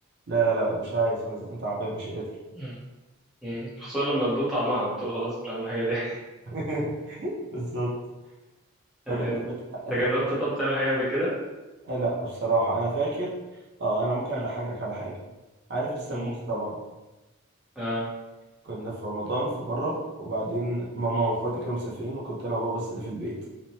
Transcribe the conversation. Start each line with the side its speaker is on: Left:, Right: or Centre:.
Right: لا لا لا مش عايز انا زهقان تعبان مش قادر
Centre: مم، مم. خصوصا لما تدوق طعمها بتقول خلاص مش هعمل حاجة تاني
Right: <laughs> بالظبط
Centre: <laughs>
Right: طب
Centre: انت
Right: انت بت... انت
Centre: جربت
Right: انت
Centre: طب تعمل حاجة قبل كده؟
Right: آه، لا بصراحه انا فاكر اه انا ممكن اضحكك
Centre: مم.
Right: على حاجه عارف السمبوسه
Centre: مم.
Right: طبعا
Centre: اه
Right: كنا في رمضان في مره وبعدين ماما
Centre: مم.
Right: واخواتي كانوا مسافرين وكنت انا وبابا بس اللي في البيت